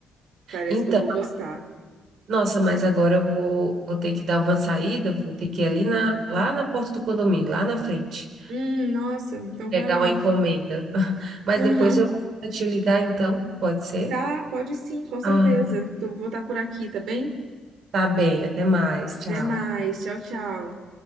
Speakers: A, on the right; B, on the right.
A: parece
B: Então,
A: que eu vou gostar.
B: nossa, mas agora eu vou, vou ter que dar uma saída, vou ter que ir ali na, lá na porta do condomínio, lá na frente.
A: Hum, nossa, então
B: Legal
A: vai lá.
B: a encomenda. <laughs> Mas
A: Aham.
B: depois eu vou te ligar, então, pode ser?
A: Tá, pode sim, com certeza.
B: Ah, então.
A: Tô, vou estar por aqui, tá bem?
B: Tá bem, até mais. Tchau.
A: Até mais, tchau, tchau.